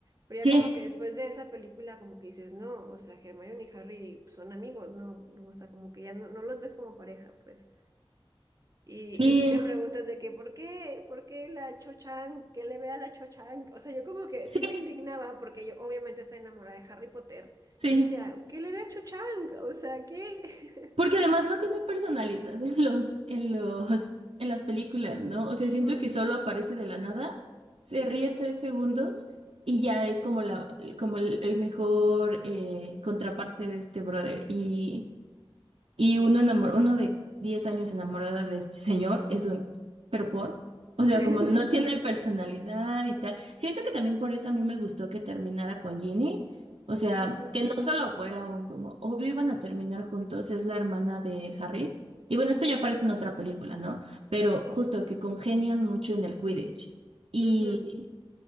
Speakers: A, on the right; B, on the right.
A: pero
B: sí,
A: ya como que después de esa película como que dices, no, o sea, Hermione y Harry pues, son amigos, ¿no? O sea, como que ya no, no los ves como pareja, pues. Y,
B: sí,
A: y si te preguntas de que, ¿por qué? ¿Por qué la Cho-Chang? ¿Qué le ve a la Cho-Chang? O sea, yo como que
B: sí,
A: sí me indignaba porque yo obviamente está enamorada de Harry Potter.
B: sí.
A: Y decía, ¿qué le ve a Cho-Chang? O sea, ¿qué?
B: Porque además no tiene personalidad en los, en los, en las películas, ¿no? O sea,
A: <laughs> Ujú,
B: siento que solo aparece de la nada, se ríe tres segundos y ya es como la, como el, el mejor eh, contraparte de este brother. Y y uno enamor- uno de 10 años enamorada de este señor es un, pero por, o sea,
A: pues,
B: como
A: Exacto.
B: no tiene personalidad y tal. Siento que también por eso a mí me gustó que terminara con Ginny. O sea,
A: Ujú,
B: que no solo fuera un como, obvio iban a terminar juntos, es la hermana de Harry. Y bueno, esto ya aparece en otra película, ¿no? Pero justo que congenian mucho en el Quidditch. Y,
A: ujú.